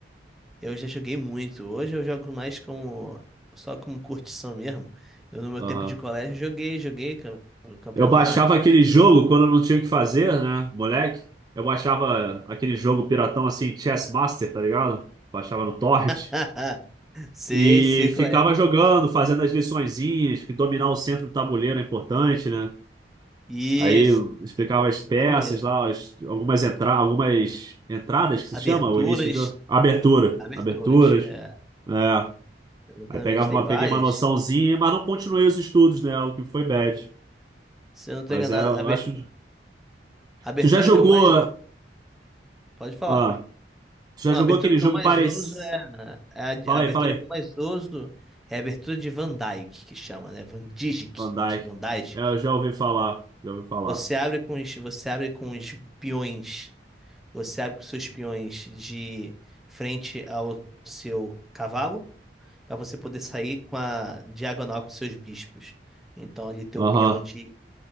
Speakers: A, in the centre; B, on the right.
A: eu já joguei muito. Hoje eu jogo mais como só como curtição mesmo. Eu, no meu
B: Aham.
A: tempo de colégio joguei, joguei cam- campeonato.
B: Eu baixava aquele jogo quando eu não tinha o que fazer, né, moleque? Eu baixava aquele jogo piratão assim, Chess Master, tá ligado? Baixava no torrent.
A: <laughs> Sei,
B: E
A: sei qual
B: ficava
A: é.
B: jogando, fazendo as liçõezinhas, que dominar o centro do tabuleiro é importante, né?
A: Isso.
B: Aí eu explicava
A: Tem que dar
B: as
A: nossa
B: peças
A: tabuleiro.
B: lá, as- algumas, entra algumas entradas que se
A: Aberturas,
B: chama, o início do jogo. Abertura.
A: Aberturas.
B: Aberturas.
A: É,
B: É.
A: exatamente.
B: Aí pegava
A: Tem
B: uma,
A: várias.
B: peguei uma noçãozinha, mas não continuei os estudos, né? O que foi bad.
A: Se eu não tô
B: Mas
A: enganado,
B: é, eu
A: a abe-
B: acho.
A: a abertura
B: Tu já jogou.
A: que eu mais. Pode falar.
B: Ó, tu já
A: Não,
B: jogou
A: a abertura
B: aquele
A: que
B: jogo
A: eu mais
B: parecido.
A: uso é. é A de-
B: Fala
A: a abertura
B: aí, fala aí.
A: que eu mais uso é a abertura de Van Dyke, que chama, né? Van Dijk,
B: Andai.
A: Van Dijk.
B: Eu já ouvi falar. Já ouvi falar.
A: Você abre com os, você abre com os peões. Você abre com os seus peões de frente ao seu cavalo, para você poder sair com a diagonal com os seus bispos. Então, ali teu
B: Aham.
A: peão de